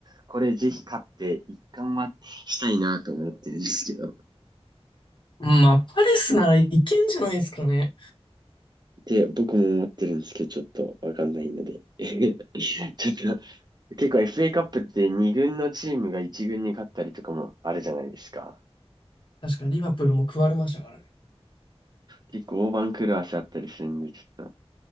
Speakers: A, on the right; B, on the left.
A: これぜひ勝って、一冠はしたいなと思ってるんですけど、
B: まあ、パレスならいけんじゃないですかね。
A: で、僕も思ってるんですけど、ちょっとわかんないので、<laughs> ちょっと、結構 FA カップって2軍のチームが1軍に勝ったりとかもあるじゃないですか。
B: 確かにリバプールも食われましたからね。
A: 結構大番狂わせあったりするんで、ちょっと、